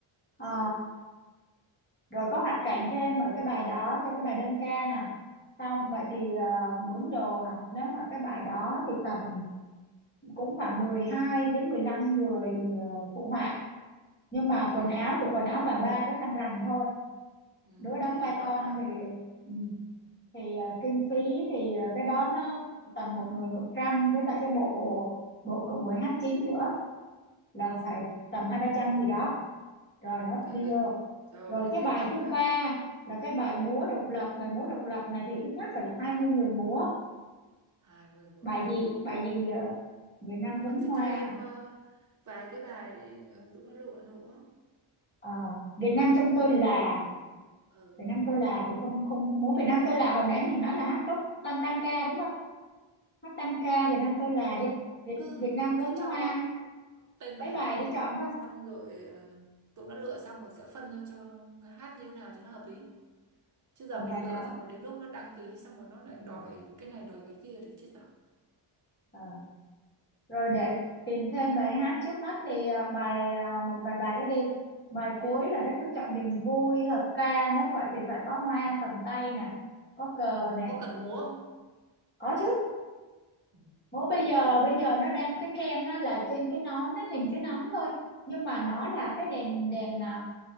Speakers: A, on the left; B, on the right.
A: Ờ,
B: Ừ,
A: rồi có hoạt cảnh
B: thì
A: thêm ở cái bài đó cho cái bài đơn ca nè xong
B: ừ,
A: vậy thì ờ, mướn đồ hả nếu mà cái bài đó thì tầm cũng khoảng 12 đến 15 người ờ, phụ họa nhưng
B: ok
A: mà quần áo
B: để
A: thì quần áo bà ba với khăn rằn thôi
B: Ừ,
A: đứa đóng
B: để em
A: vai
B: note
A: con
B: vào.
A: thì ừ, thì ờ, kinh phí thì ờ, cái đó nó tầm một người một trăm với lại cái bộ bộ của người hát chính nữa là
B: Ừ.
A: phải tầm hai ba trăm gì đó rồi
B: Ok,
A: nó đi vô
B: rồi
A: rồi
B: để
A: cái
B: em
A: bài
B: lót
A: thứ
B: vào
A: ba là cái bài múa độc lập bài múa độc lập này thì ít nhất phải là 20 người múa
B: hai mươi người
A: bài gì
B: đủ.
A: bài gì giờ Việt Nam
B: Nhưng
A: gấm
B: mà
A: hoa
B: phải cho em ờ, vài cái bài để ờ, tụi nó lựa nữa.
A: Ờ, Việt
B: Việt Nam
A: Nam trong
B: cấm
A: tôi
B: hoa.
A: là
B: Ừ.
A: Việt Nam tôi là thì không không không múa Việt Nam tôi là hồi nãy mình nói là hát tốt tam tam ca đúng không hát tam ca Việt Nam tôi là đi
B: Thôi,
A: Việt
B: cứ
A: Việt Nam gấm
B: cứ
A: hoa
B: cho tên
A: mấy
B: bài
A: bài
B: hát đi,
A: đi chọn thôi
B: xong rồi ờ, tụi nó lựa xong rồi sẽ phân ra cho hát như thế nào cho nó hợp lý. Chứ
A: còn
B: giờ
A: bài
B: mình
A: nào
B: lựa xong rồi đến lúc nó đăng ký xong rồi nó lại
A: ừ.
B: đòi cái này đòi cái kia thì chết rồi.
A: Ờ, rồi để tìm thêm bài hát trước mắt thì à, bài à, một vài bài đó đi bài
B: Ừ.
A: cuối là đất nước trọn niềm vui hợp ca nếu vậy thì phải có hoa
B: Ừ.
A: cầm tay nè có cờ
B: Ừ.
A: nè
B: Có cần múa không?
A: có chứ
B: Ừ.
A: bố bây
B: Ok.
A: giờ bây giờ nó đang cái trend á, là trên cái nón nó hình cái nón thôi nhưng mà nó là cái đèn đèn à,